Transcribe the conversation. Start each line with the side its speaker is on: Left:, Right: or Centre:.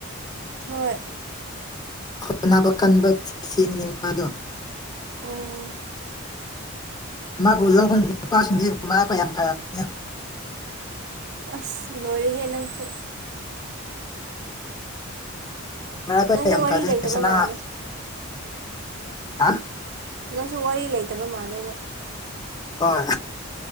Right: ꯍꯣꯏ
Left: ꯍꯣꯠꯅꯕ ꯀꯟꯕ ꯁꯤꯅꯤꯃꯥꯗꯣ
Right: ꯎꯝ
Left: ꯃꯥꯕꯨ ꯂꯧꯕ ꯅꯨꯄꯥꯁꯤꯡꯗ ꯃꯥꯥ ꯐ ꯌꯥꯝ ꯐꯔꯕꯅꯦ
Right: ꯑꯁ ꯂꯣꯏꯔꯦꯍꯦ ꯅꯪꯁꯨ
Left: ꯃ ꯀ
Right: ꯅꯪꯁꯦ
Left: ꯌꯥꯝ
Right: ꯋꯥꯔꯤ
Left: ꯈꯗꯁꯅꯥ
Right: ꯂꯩꯇꯕ ꯃꯥꯜꯂꯦ
Left: ꯍꯥ
Right: ꯅꯪꯁꯨ ꯋꯥꯔꯤ ꯂꯩꯇꯕ ꯃꯥꯜꯂꯦꯕ
Left: ꯍꯣꯏ